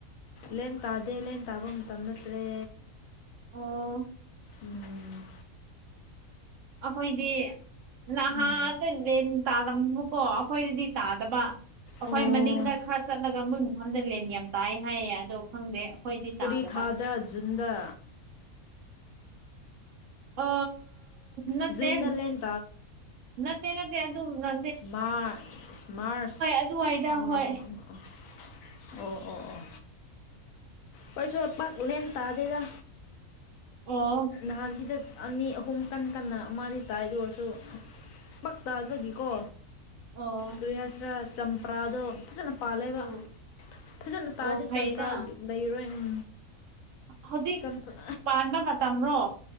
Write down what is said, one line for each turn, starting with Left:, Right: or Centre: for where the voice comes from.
Left: ꯂꯦꯟ ꯇꯥꯗꯦ ꯂꯦꯟ ꯇꯥꯕ ꯃꯇꯝ ꯅꯠꯇ꯭ꯔꯦ
Right: ꯑꯣ
Left: ꯎꯝ
Right: ꯑꯩꯈꯣꯏꯗꯤ ꯅꯍꯥꯗ
Left: ꯎꯝ
Right: ꯂꯦꯟ ꯇꯥꯂꯝꯕꯨꯀꯣ ꯑꯩꯈꯣꯏꯗꯗꯤ ꯇꯥꯗꯕ ꯑꯩꯈꯣꯏ
Left: ꯑꯣ
Right: ꯃꯅꯤꯡꯗ ꯈꯔ ꯆꯠꯂꯒ ꯃꯨꯟ ꯃꯐꯝꯗ ꯂꯦꯟ ꯌꯥꯝ ꯇꯥꯏ ꯍꯥꯏꯌꯦ ꯑꯗꯣ ꯈꯪꯗꯦ ꯑꯩꯈꯣꯏꯗꯤ
Left: ꯀꯔꯤ
Right: ꯇꯥꯗꯕ
Left: ꯊꯥꯗ꯭ꯔ ꯖꯨꯟꯗ
Right: ꯑ ꯅꯠꯇ
Left: ꯖꯨꯟꯗ ꯂꯦꯟ
Right: ꯅꯠꯇ ꯅꯠꯇ ꯑꯗꯨ ꯑꯗꯨ ꯅ
Left: ꯃꯥꯔꯆ ꯃꯥꯔꯁ
Right: ꯑꯗꯨꯋꯥꯏꯗ
Left: ꯑꯣ
Right: ꯍꯣꯏ
Left: ꯑꯣ ꯑꯣ ꯑꯣ ꯀꯩꯁꯨ ꯄꯛꯅꯦꯅ ꯇꯥꯗꯦꯗ
Right: ꯑꯣ
Left: ꯅꯍꯥꯟꯁꯤꯗ ꯑꯅꯤ ꯑꯍꯨꯝ ꯀꯟ ꯀꯟꯅ ꯑꯃꯗꯤ ꯇꯥꯏꯗ ꯑꯣꯏꯔꯁꯨ ꯕꯛ ꯇꯥꯕꯒꯤꯀꯣ
Right: ꯑꯣ
Left: ꯀꯔꯤꯍꯥꯏꯁꯤꯔꯥ ꯆꯝꯄ꯭ꯔꯥꯗꯣ ꯐꯖꯅ ꯄꯥꯜꯂꯦꯕꯥ
Right: ꯎꯝ
Left: ꯐꯖꯅ ꯇꯥꯔꯗꯤ
Right: ꯑꯣ ꯐꯩꯅ
Left: ꯆꯝꯄ꯭ꯔꯥ ꯂꯩꯔꯣꯏ ꯎꯝ
Right: ꯍꯧꯖꯤꯛ
Left: ꯆꯝꯄ꯭ꯔꯥ
Right: ꯄꯥꯟꯕ ꯃꯇꯝꯔꯣ